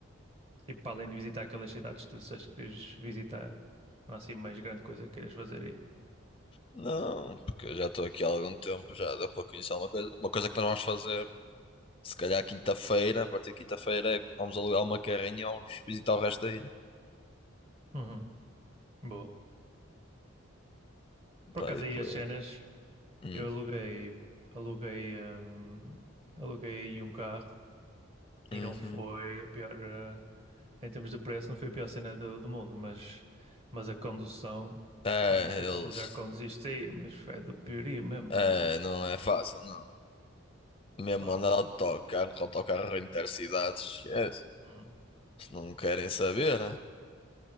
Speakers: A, on the right; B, on the left.
A: tipo, para além de visitar aquelas cidades que tu disseste que queres visitar, não há assim mais grande coisa que queiras fazer aí.
B: Não, porque eu já estou aqui há algum tempo, já deu para conhecer uma coisa. Uma coisa que nós vamos fazer, se calhar quinta-feira, a partir de quinta-feira, é que vamos alugar uma carrinha e vamos visitar o resto da ilha.
A: Uhum. Boa. Por
B: Pá,
A: acaso
B: e
A: aí
B: depois.
A: as cenas,
B: hum,
A: eu aluguei, aluguei, hum, aluguei aí um carro e
B: uhum.
A: não foi a pior, eh, em termos de preço, não foi a pior cena do, do mundo, mas, mas a condução,
B: É,
A: pá, não sei
B: eles.
A: se já conduziste aí, mas é do piorio mesmo,
B: É,
A: é de-
B: não é fácil, não. Mesmo
A: pá,
B: andar
A: que-
B: de autocarro, com autocarro intercidades, esquece.
A: Uhum.
B: Se não querem saber, né?